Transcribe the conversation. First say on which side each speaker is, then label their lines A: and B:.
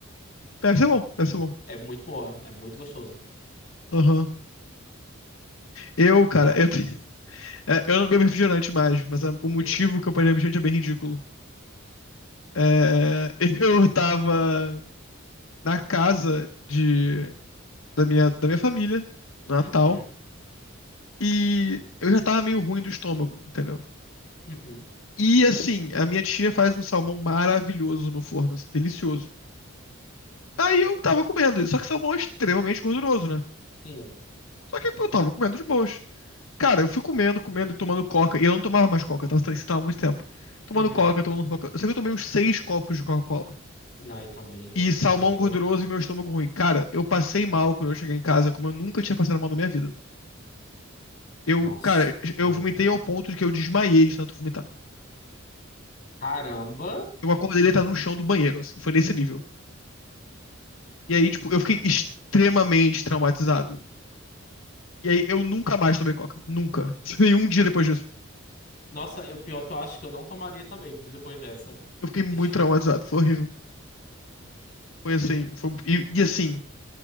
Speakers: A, on the left; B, on the left.
A: Deve ser bom, deve ser bom.
B: É muito boa, é muito gostoso.
A: Aham. Eu, cara, eu, te- É, eu não bebo refrigerante mais, mas a- o motivo
B: Uhum,
A: que eu parei de beber refrigerante é bem ridículo. É, <laughs> eu tava na casa de, da minha, da minha família, no Natal,
B: uhum,
A: e eu já tava meio ruim do estômago, entendeu?
B: uhum,
A: E assim, a minha tia faz um salmão maravilhoso no forno, assim, delicioso. Aí eu tava comendo, só que salmão é extremamente gorduroso, né?
B: sim.
A: Só que eu tava comendo de boas. Cara, eu fui comendo, comendo e tomando coca, e eu não tomava mais coca, eu tava, isso tava há muito tempo. Tomando
B: Uhum.
A: coca, tomando coca. Eu sei que eu tomei uns seis copos de Coca-Cola.
B: Não, e também,
A: E salmão
B: caramba.
A: gorduroso e meu estômago ruim. Cara, eu passei mal quando eu cheguei em casa, como eu nunca tinha passado mal na minha vida. Eu,
B: Nossa.
A: cara, eu vomitei ao ponto de que eu desmaiei de tanto vomitar.
B: Caramba.
A: Eu acordei deitado no chão do banheiro, assim, foi nesse nível. E aí, tipo, eu fiquei extremamente traumatizado. E aí, eu nunca mais tomei coca. Nunca. <laughs> Nenhum dia depois disso.
B: Nossa, o pior que eu acho que eu não tomaria também, viu, depois dessa.
A: Eu fiquei muito
B: <laughs>
A: traumatizado, foi horrível. Foi assim, foi... E, e assim,